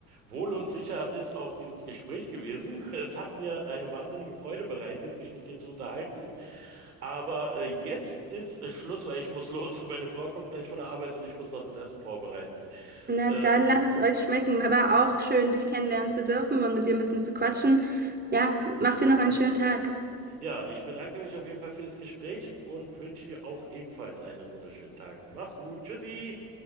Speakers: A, on the right (about 85°); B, on the right (about 20°).
A: Wohl und sicher ist auch dieses Gespräch gewesen. <laughs> Es hat mir eine wahnsinnige Freude bereitet, mich mit dir zu unterhalten. Aber äh, jetzt ist äh, Schluss, weil ich muss los. <laughs> Meine Frau kommt gleich von der Arbeit und ich muss noch das Essen vorbereiten.
B: Na,
A: Ähm,
B: dann lasst es euch schmecken. Aber auch schön, dich kennenlernen zu dürfen und mit dir ein bisschen zu quatschen. Ja, macht dir noch einen schönen Tag.
A: Ja, ich bedanke mich auf jeden Fall für das Gespräch und wünsche dir auch ebenfalls einen wunderschönen Tag. Mach's gut. Tschüssi.